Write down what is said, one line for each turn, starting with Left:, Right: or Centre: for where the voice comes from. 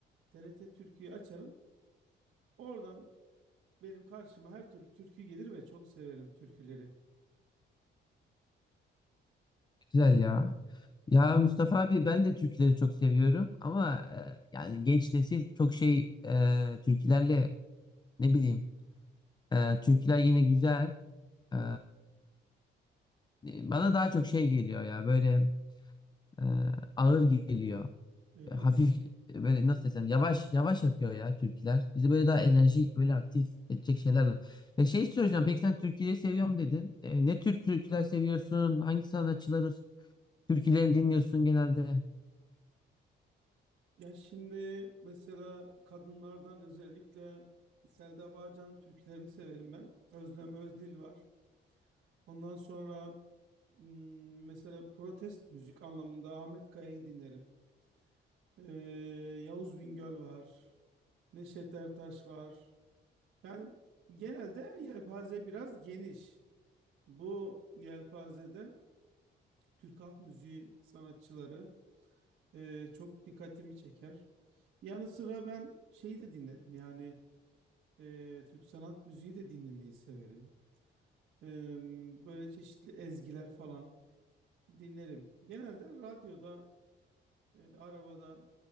Right: TRT Türkü'yü açarım. Oradan benim karşıma her türlü türkü gelir ve çok severim türküleri.
Left: güzel ya. Ya Mustafa abi ben de türküleri çok seviyorum ama e, yani genç nesil çok şey e, türkülerle ne bileyim e, türküler yine güzel. E, bana daha çok şey geliyor ya böyle e, ağır geliyor.
Right: Öyle
Left: E, hafif
Right: mi?
Left: e, böyle nasıl desem yavaş yavaş akıyor ya türküler. Bizi böyle daha enerjik böyle aktif edecek şeylerle. E şey soracağım peki sen türküleri seviyorum dedin. E, ne tür türküler seviyorsun? Hangi sanatçıları türkülerini dinliyorsun genelde?
Right: Ya şimdi mesela kadınlardan özellikle Selda Bağcan'ın türkülerini severim ben. Özlem Özdil var. Ondan sonra hmm, mesela protest müzik anlamında Ahmet Kaya'yı dinlerim. Ee, Yavuz Bingöl var. Neşet Ertaş var. Yani genelde yelpaze biraz geniş. Bu yelpazede Türk halk müziği sanatçıları e, çok dikkatimi çeker. Yanı sıra ben şeyi de dinlerim yani Ee, Türk sanat müziği de dinlemeyi severim. Ee, böyle çeşitli ezgiler falan dinlerim. Genelde radyoda, e, arabada